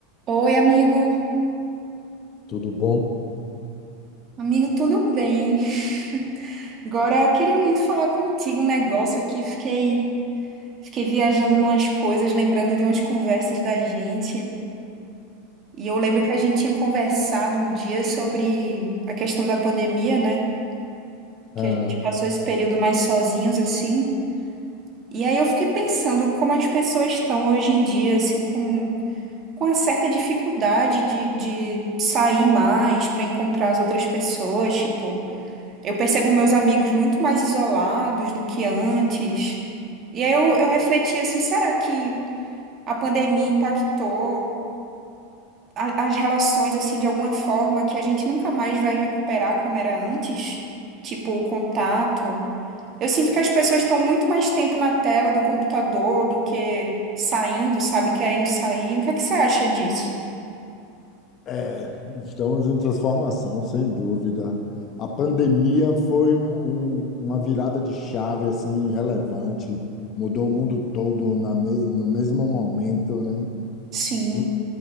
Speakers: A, on the right (about 30°); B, on the left (about 30°).
A: Oi, amigo.
B: Tudo bom?
A: Amigo, tudo bem? <laughs> Agora, eu queria muito falar contigo um negócio aqui. Fiquei, fiquei viajando numas coisas, lembrando de umas conversas da gente. E eu lembro que a gente tinha conversado um dia sobre a questão da pandemia, né?
B: Ah,
A: Que a gente passou esse período mais sozinhos, assim. E aí eu fiquei pensando como as pessoas estão hoje em dia, assim, com, com uma certa dificuldade de, de sair mais para encontrar as outras pessoas, tipo. Eu percebo meus amigos muito mais isolados do que antes. E aí eu, eu refleti assim, será que a pandemia impactou a- as relações assim de alguma forma que a gente nunca mais vai recuperar como era antes? Tipo, o contato. Eu sinto que as pessoas estão muito mais tempo na tela do computador do que saindo, sabe, querendo sair. O que é que você acha disso?
B: é, estamos em transformação, sem dúvida. A pandemia foi um- um- uma virada de chave assim relevante, mudou o mundo todo na me- no mesmo momento, né?
A: Sim.
B: E